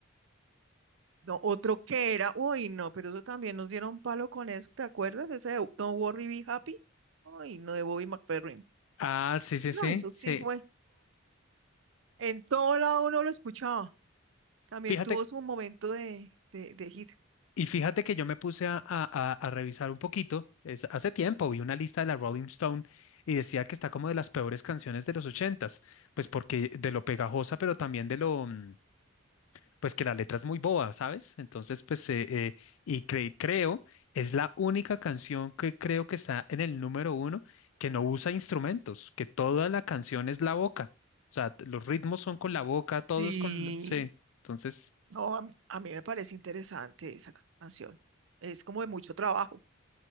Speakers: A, on the right (about 70°); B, on the left (about 80°).
A: No, otro que era, uy, no, pero eso también nos dieron palo con eso, ¿te acuerdas? Ese de Don't Worry, Be Happy, uy, no, de Bobby McFerrin.
B: Ah, sí, sí,
A: No,
B: sí,
A: eso
B: sí.
A: sí fue, en todo lado uno lo escuchaba. También
B: Fíjate.
A: tuvo su momento de, de, de hit.
B: Y fíjate que yo me puse a, a- a- a revisar un poquito, es- hace tiempo vi una lista de la Rolling Stone y decía que está como de las peores canciones de los ochentas, pues porque de lo pegajosa, pero también de lo, mm, pues que la letra es muy boba, ¿sabes? Entonces, pues, eh, eh, y cre- creo, es la única canción que creo que está en el número uno que no usa instrumentos, que toda la canción es la boca, o sea, t- los ritmos son con la boca, todos
A: Y
B: con, la- sí, entonces,
A: no, a mí, a mí me parece interesante esa canción. Es como de mucho trabajo.